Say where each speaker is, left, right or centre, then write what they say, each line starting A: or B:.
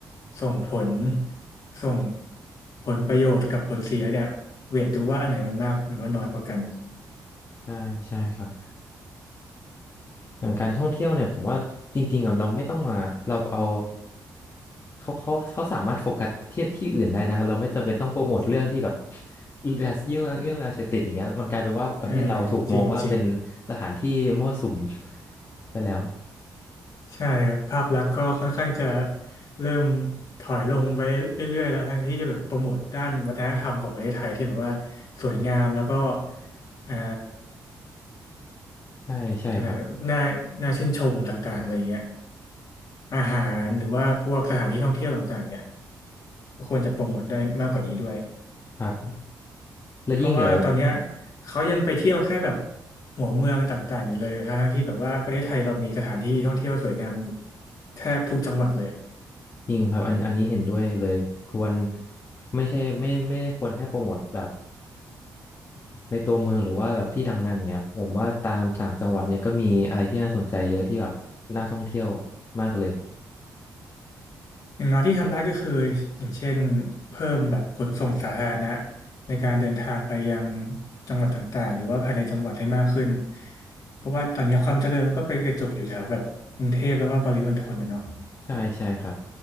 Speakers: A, on the left; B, on the left.
A: ส่งผลส่งผลประโยชน์กับผลเสียเนี่ยเวทดูว่าอันไหนมันมากหรือว่าน้อยกว่ากัน
B: ใช่ใช่ครับ อย่างการท่องเที่ยวเนี่ยผมว่าจริงๆอะเราไม่ต้องมาเราเอาเขาเขาเขาสามารถโฟกัสที่ที่อื่นได้นะครับเราไม่จำเป็นต้องโปรโมทเรื่องที่แบบ <laughs> เรื่องเรื่องเรื่องยาเสพติดอย่างเงี้ยมันกลายเป็นว่าประเทศเราถูกมองว่าเป็น
A: อ่าจริงจริง
B: สถานที่มั่วสุม <laughs> ไปแล้ว
A: ใช่ครับภาพลักษณ์ก็ค่อนข้างจะเริ่มถอยลงไว้เรื่อยๆแล้วทั้งที่จะแบบโปรโมทด้านวัฒนธรรมของประเทศไทยที่แบบว่าสวยงามแล้วก็เอ่อ
B: ใช่ใช่ครับ
A: อะไรน่าน่าชื่นชมต่างๆอะไรอย่างเงี้ยอาหารหรือว่าพวกสถานที่ท่องเที่ยวต่างๆเนี่ย
B: ใช่
A: ก็ควรจะโปรโมทได้มากกว่านี้ด้วย
B: ครับแล้วยิ่งเดี๋ยว
A: เพราะว่าตอนเนี้ยเขายังไปเที่ยวแค่แบบหัวเมืองต่างๆอยู่เลยทั้งๆที่แบบว่าประเทศไทยเรามีสถานที่ท่องเที่ยวสวยงามแทบทุกจังหวัดเลยอะ
B: จริงครับอันอันนี้เห็นด้วยเลยควรไม่ใช่ไม่ไม่ได้ควรแค่โปรโมทแบบ ในตัวเมืองหรือว่าแบบที่ดังๆเนี้ยผมว่าตามต่างจังหวัดเนี่ยก็มีอะไรที่น่าสนใจเยอะที่แบบน่าท่องเที่ยวมากเลย
A: อย่างน้อยที่ทำได้ก็คืออย่างเช่นเพิ่มแบบขนส่งสาธารณะในการเดินทางไปยังจังหวัดต่างๆหรือว่าภายในจังหวัดให้มากขึ้นเพราะว่าตอนนี้ความเจริญมันก็ไปกระจุกอยู่แถวแบบกรุงเทพแล้วก็ปริมณฑลนะเนาะ
B: ใช่ใช่ครับ